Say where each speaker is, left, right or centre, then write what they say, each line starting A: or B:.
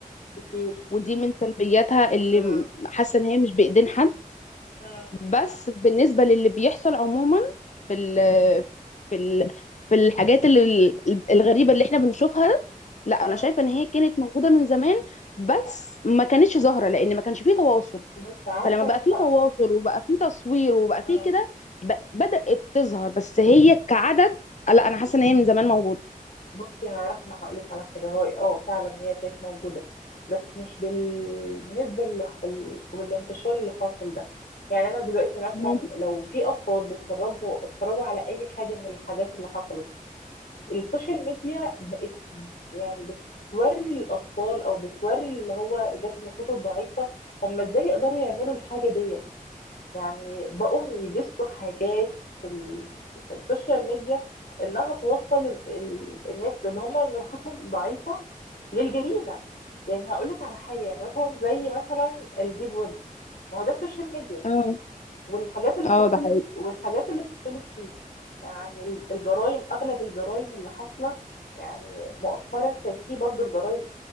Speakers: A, on the left; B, on the left.
A: كتير
B: ودي من سلبياتها اللي
A: مم.
B: م- حاسه ان هي مش بايدين حد
A: مم.
B: بس بالنسبه للي بيحصل عموما في ال في ال في الحاجات اللي الغريبه اللي احنا بنشوفها لا
A: مم.
B: انا شايفه ان هي كانت موجوده من زمان بس ما كانتش ظاهره لان ما كانش فيه تواصل
A: بس عارفة
B: فلما
A: يا
B: بقى
A: رحمة
B: فيه تواصل وبقى فيه تصوير وبقى فيه
A: مم.
B: كده ب- بدأت تظهر بس هي كعدد لا انا حاسه ان هي من زمان موجوده
A: بصي يا رحمة هقولك على حاجة هاي اه فعلا هي كانت موجودة بس مش بالنسبة ال- ال- والانتشار اللي حاصل ده يعني انا دلوقتي مثلا
B: ممكن
A: لو في اطفال بيتفرجوا اتفرجوا على اي حاجة من الحاجات اللي حصلت السوشيال ميديا بقت يعني بتوري الأطفال أو بتوري اللي هو ذات النفوس الضعيفة هم إزاي يقدروا يعملوا الحاجة ديت يعني بقوم يدسوا حاجات في, ال... في السوشيال ميديا إنها توصل ال... ال... الناس اللي هم نفوسهم ضعيفة للجريمة يعني هقولك على حاجة يعني مثلا زي مثلا الديب ويب ما هو ده السوشيال ميديا
B: اه
A: والحاجات اللي
B: اه
A: بتطلب
B: ده حقيقي
A: والحاجات اللي بتطلب فيه يعني الجرائم اغلب الجرائم اللي حاصله يعني مؤخرا كان في برضو الجرائم